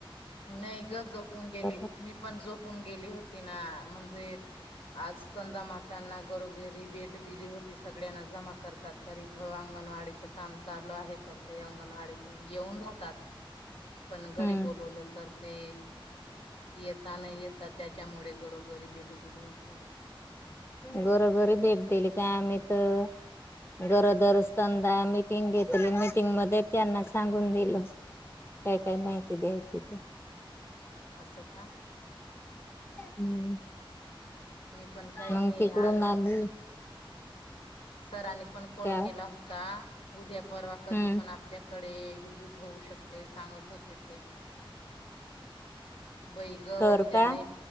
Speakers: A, on the left; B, on the left.
A: नाही ग झोपून गेली
B: होता
A: मी पण झोपून गेली होती ना म्हणजे. आज तंदा मात्यांना गरोघिरी बेड दिली होती, सगळ्यांना जमा करतात तर इथं अंगण वाडीच काम चालू आहे, तर ते अंगणवाडी ते येऊन जातात. पण घरी
B: हम्म
A: बोलवलं. ते येता नाही येता त्याच्यामुळे घरोघरी भेट दिली होती. आज
B: घरोघरी भेट दिली का आम्ही तर.
A: <inaudible>
B: गरोदरच तंदा मिटिंग घेतली मिटिंग मध्ये त्यांना सांगून दिलं. काय काय माहिती द्यायची ते.
A: अस का.
B: हम्म.
A: मी पण काही
B: मग
A: नाही
B: तिकडून
A: आज
B: आली.
A: सरांनी पण
B: त्या
A: कॉल केला होता, उद्या परवा कधी
B: हम्म
A: पण आपल्या कडे विजिट होऊ शकते सांगत होते ते. बै ग
B: तर
A: उद्या
B: का
A: नाही.